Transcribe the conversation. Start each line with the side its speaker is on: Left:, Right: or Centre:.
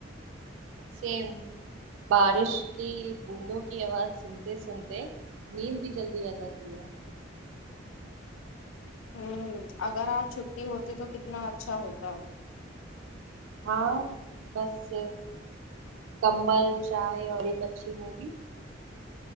Right: سیم بارش کی بوندوں کی آواز سنتے سنتے نیند بھی جلدی آ جاتی ہے
Left: ہوں اگر آج چھٹی ہوتی تو کتنا اچھا ہوتا
Right: ہاں بس کمبل چائے اور ایک اچھی مووی